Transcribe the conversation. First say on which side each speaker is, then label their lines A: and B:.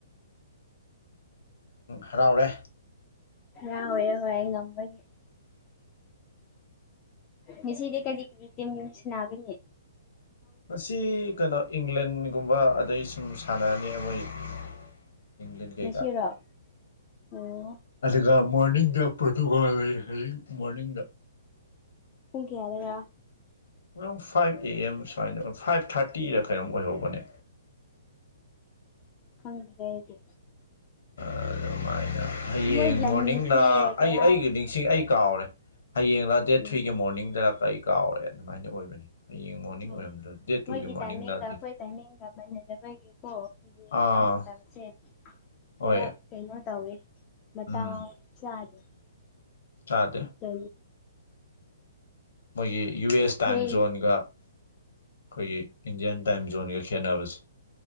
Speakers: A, on the left; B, on the left.
A: ꯍꯔꯥꯎꯔꯦ
B: ꯌꯥ ꯍꯣꯏ ꯍꯣꯏ ꯑꯩ ꯉꯝꯕꯒꯤꯦ ꯉꯁꯤꯗꯤ ꯀꯔꯤ ꯀꯠꯇ ꯃ ꯁꯅꯥꯕꯦ
A: ꯃꯁꯤ ꯀꯩꯅꯣ ꯏꯪꯂꯦꯟꯒꯨꯝꯕ ꯑꯗꯩ ꯁꯨꯝ ꯁꯥꯟꯅꯔꯅꯤ ꯑꯩꯈꯣꯏ
B: ꯉꯁꯤꯔꯣ ꯑꯣ
A: ꯀꯦ ꯑ ꯃꯣꯔꯅꯤꯡꯗ ꯄꯣꯔꯇꯨꯒꯥꯜ ꯂꯩ ꯍꯧꯌꯦꯛ ꯃꯣꯔꯅꯤꯡꯗ
B: ꯎꯨꯡ ꯀꯦꯌꯥꯔꯔ
A: ꯉꯔꯥꯎ ꯐꯥꯏꯚ ꯑꯦ ꯑꯦꯝ ꯁꯨꯃꯥꯏꯅ ꯐꯥꯏꯚ ꯊꯥꯔꯇꯤꯗ ꯀꯩꯅꯣꯝ ꯑꯣꯏꯍꯧꯕꯅꯦ
B: ꯈꯪꯗ꯭ꯔ ꯏꯦ
A: ꯑꯗꯨꯃꯥꯏꯅ ꯍꯌꯦꯡ
B: ꯃꯣꯏꯒꯤ ꯇꯥꯏꯃꯤꯡꯁꯦ
A: ꯃꯣꯔꯅꯤꯡꯗ
B: ꯀꯌꯥ
A: ꯑꯩ ꯑꯩꯒꯤ
B: ꯍꯥꯏ
A: ꯅꯤꯡꯁꯤꯡ ꯑꯩ ꯀꯥꯎꯔꯦ ꯍꯌꯦꯡꯡꯂ ꯗꯦꯠ
B: ꯎꯝ
A: ꯊ꯭ꯔꯤꯒꯤ ꯃꯣꯔꯅꯤꯡꯗ ꯀꯔꯤ ꯀꯥꯎꯔꯦ ꯑꯗꯨꯃꯥꯏꯅ ꯑꯣꯏꯕꯅꯤ ꯍꯌꯦꯡ ꯃꯣꯔꯅꯤꯡ
B: ꯎ
A: ꯑꯣꯏꯔꯝꯗ꯭ꯔ ꯗꯦꯠ ꯇꯨꯒꯤ
B: ꯃꯣꯏꯒꯤ
A: ꯃꯣꯔꯅꯤꯡꯂ
B: ꯇꯥꯏꯃꯤꯡꯒ
A: ꯗꯦꯠ
B: ꯑꯩꯈꯣꯏ ꯇꯥꯏꯃꯤꯒ ꯕꯒꯤꯀꯣ ꯂꯣꯡꯕ
A: ꯑꯥ
B: ꯃꯇꯝꯁꯦ ꯈꯔ
A: ꯍꯣꯏ
B: ꯀꯩꯅꯣ ꯇꯧꯋꯦ ꯃ
A: ꯎꯝ
B: ꯆꯗꯦ
A: ꯆꯥꯗꯦ
B: ꯇ
A: ꯃꯣꯏꯒꯤ ꯌꯨ ꯑꯦꯁ
B: ꯊꯦꯡ
A: ꯇꯥꯏꯝ ꯖꯣꯟꯒ ꯑꯩꯈꯣꯏꯒꯤ ꯏꯟꯗꯤꯌꯥꯟ ꯇꯥꯏꯝ ꯖꯣꯟꯒ ꯈꯦꯅꯕꯁꯦ